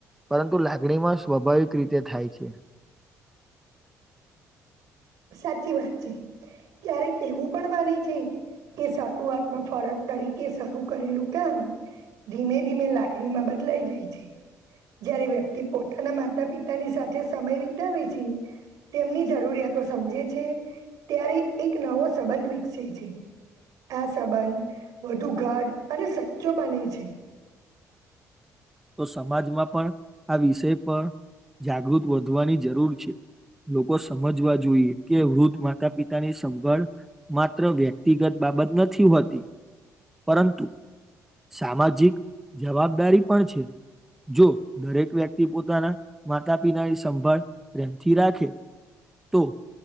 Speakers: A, in the centre; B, on the right.
A: પરંતુ લાગણીમાં સ્વાભાવિક રીતે થાય છે. <inaudible>
B: સાચી વાત છે ક્યારેક એવું પણ માને છે. કે શરૂઆતમાં ફરજ તરીકે શરૂ કરેલું કામ ધીમે ધીમે લાગણીમાં બદલાઈ જાય છે. જય્યારે વ્યક્તિ પોતાના માતા પિતાની સાથે સમય વિતાવે છે. તેમની જરૂરિયાતો સમજે છે ત્યારે એક નવો સંબંધ વિકસે છે. આ સંબંધ વધુ ગાઢ અને સચ્ચો બને છે.
A: તો સમાજમાં પણ આ વિષય પર જાગૃત વધવાની જરૂર છે. લોકો સમજવા જોઈએ કે વૃદ્ધ માતા પિતાની સંભાળ માત્ર વ્યક્તિગત બા બત નથી હોતી પરંતુ સામાજિક જવાબદારી પણ છે જો દરેક વ્યક્તિ પોતાના માતા પિતાની સંભાળ પ્રેમથી રાખે તોુ